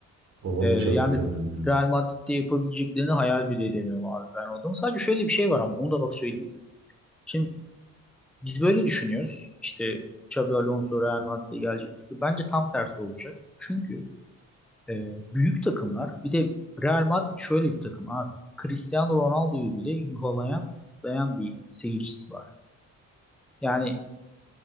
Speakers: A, on the right; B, in the centre.
A: Onu
B: Ee, yani
A: hiç hatırlamıyorum ya.
B: Real Madrid'de yapabileceklerini hayal bile edemiyorum abi ben oradan. Sadece şöyle bir şey var ama onu da bak söyleyeyim. Şimdi biz böyle düşünüyoruz. İşte Xabi Alonso Real Madrid'e gelecek. Bence tam tersi olacak. Çünkü e, büyük takımlar bir de Real Madrid şöyle bir takım abi. Cristiano Ronaldo'yu bile yuhalayan, ıslıklayan bir seyircisi var. Yani